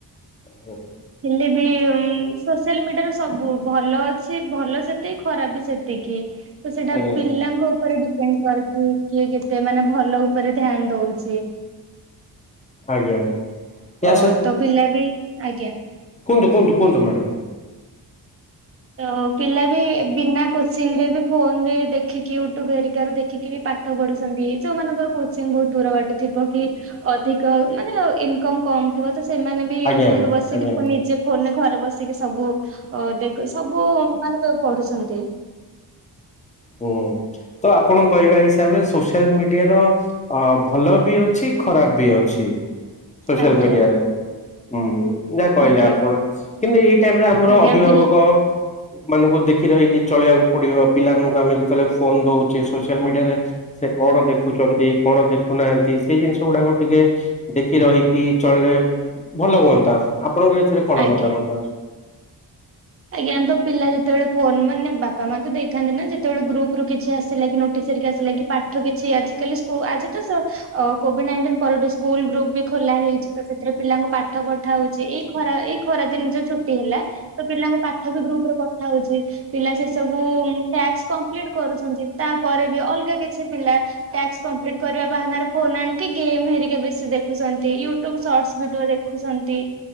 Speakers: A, on the left; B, on the right.
A: ହୁଁ
B: ହେଲେ ବି ଉଁ ଉଁ ସେଲମିଟାରେ ସବୁ ଭଲ ଅଛି ଭଲ ସେତିକି ଖରାପ ବି ସେତିକି ତ ସେଟା
A: ଆଜ୍ଞା।
B: ପିଲାଙ୍କ ଉପରେ ଡି ଫେଣି କର କିଏ କେତେ ମାନେ ଭଲ ଉପରେ ଧ୍ୟାନ ଦଉଛି।
A: ଆଜ୍ଞା ୟା
B: ଓ ତୋ ପିଲା ବି ଆଜ୍ଞା
A: କୁଅନ୍ତୁ କୁଅନ୍ତୁ କୁଅନ୍ତୁ ମ୍ୟାଡ଼ମ
B: ତ ପିଲା ବି ବିନା କୋଚିଂ ରେ ବି ଫୋନ ରେ ଦେଖିକି ୟୁଟ୍ୟୁବ ହେରିକାରୁ ଦେଖିକି ବି ପାଠ ପଢୁଛନ୍ତି ଯୋଉମାନଙ୍କର କୋଚିଂ ବୋହୁତ୍ ଦୂର ବାଟ ଥିବ କି ଅଧିକ ମାନେ ଇନକମ୍ କମ୍ ଥିବ। ତ ସେମାନେ ବି ୟୁଟ୍ୟୁବରୁ
A: ଆଜ୍ଞା
B: ବସିକି
A: ଆଜ୍ଞା
B: ଫୋନ୍ ନିଜେ ଫୋନରେ ଘରେ ବସିକି ସବୁ ଓ ଦେଖୁ ସବୁ ମାନେ ତ ପଢୁଛନ୍ତି।
A: ହୁଁ ତ ଆପଣ କହିବା ହିସାବରେ ସୋସିଆଲ ମିଡିଆର ଅ ଭଲ ବି ଅଛି ଖରାପ ବି ଅଛି। ସୋଶିଆଲ
B: ଆଜ୍ଞା
A: ମିଡିଆରେ। ହୁଁ। ଯାହା କହିଲେ
B: ଆଜ୍ଞା
A: ଆପଣ କିନ୍ତୁ ଏଇ ଟାଇପର ଆମର
B: ଆଜ୍ଞା
A: ଅଭିଭାବକ
B: ପିଲ
A: ମାନଙ୍କୁ ଦେ ଦେଖି ରହିକି ଚଳିବାକୁ ପଡିବ ପିଲାମାନ ଆମେ ଯେତେବେଳେ ଫୋନ ଦଉଚେ ସୋସିଆଲ ମିଡିଆରେ ସେ କଣ ଦେଖୁଛନ୍ତି କଣ ଦେଖୁନାହାନ୍ତି ସେଇ ଜିନିଷ ଗୁଡାକ ଟିକେ ଦେଖି ରହିକି ଚଳିଲେ ଭଲ ହୁଅନ୍ତା ଆପ ଆପଣଙ୍କର ଏଥିରେ କଣ
B: ଆଜ୍ଞା
A: ମତାମତ ଅଛି?
B: ଆଜ୍ଞା ତ ପିଲା ଯେତେବେଳେ ଫୋନ ମାନେ ବାପା ମା ତ ଦେଇଥାନ୍ତି ନା ଯେତେବେଳେ ଗ୍ରୁପରୁ କିଛି ଆସିଲା କି ନୋଟିସ ହେରିକି ଆସିଲା କି ପାଠ କିଛି ଆଜିକାଲି ସ୍କୁ ଆଜି ତ ସ କ କୋଭିଡ ନାଇଟିନଠ ସ୍କୁଲ ଗ୍ରୁପ ବି ଖୋଲା ହେଇଚି। ତ ସେଥିରେ ପିଲାଙ୍କୁ ପାଠ ପଠା ହୋଉଚି ଏଇ ଖରା ଏଇ ଖରା ଦିନ ଯୋ ଛୁଟି ହେଲା ତ ପିଲାଙ୍କୁ ଠ ବି ଗ୍ରୁପରେ ପଠା ହୋଉଚି ପିଲା ସେ ସବୁ ଟ୍ୟାକ୍ସ କମ୍ପ୍ଲିଟ୍ କରୁଛନ୍ତି ତାପରେ ବି ଅଲଗା କିଛି ପିଲା ଟ୍ୟାକ୍ସ କମ୍ପ୍ଲିଟ କରିବା ବାହାନାରେ ଫୋନ ଆଣିକି ଗେମ୍ ହେରିକ ବେଶି ଦେଖୁଛନ୍ତି ୟୁଟ୍ୟୁବ ସଟ୍ସ ଭିଡିଓ ଦେଖୁଛନ୍ତି